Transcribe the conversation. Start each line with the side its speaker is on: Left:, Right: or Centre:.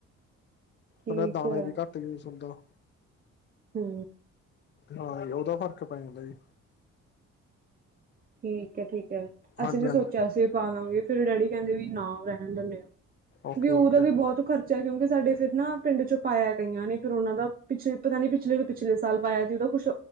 Right: ਠੀਕ
Left: ਹੁਣ ਏ ਦਾਣੇ
Right: ਐ,
Left: ਵੀ ਘੱਟ ਸਮਜ਼ੋ।
Right: ਹੂ।
Left: ਹਾਂ ਓਦਾਂ ਫਰਕ ਪੈ ਜਾਂਦਾ ਜੀ।
Right: ਠੀਕ ਹ ਠੀਕ ਹ
Left: ਹਾਂਜੀ
Right: ਅਸੀਂ ਵੀ
Left: ਹਾਂਜੀ
Right: ਸੋਚਿਆ ਸੀ ਪਾਵਾਂਗੇ ਫਿਰ ਡੈਡੀ ਕਹਿੰਦੇ ਵੀ ਨਾ ਰਹਿਣ ਦਿੰਦੇ।
Left: ਓਕੇ
Right: ਵਿਊ
Left: ਓਕੇ
Right: ਦਾ ਵੀ ਬਹੁਤ ਚੈਕਿੰਗ ਸਾਡੇ ਫਿਰ ਨਾ ਪਿੰਡ ਚੋਂ ਪਾਇਆ ਗਈਆਂ ਨੇ ਫਿਰ ਉਹਨਾਂ ਦਾ ਪਿੱਛੇ ਪਤਾ ਨਹੀਂ ਪਿਛਲੇ। ਪਿਛਲੇ ਸਾਲ ਪਾਇਆ ਸੀ ਉਹਦਾ ਕੁਛ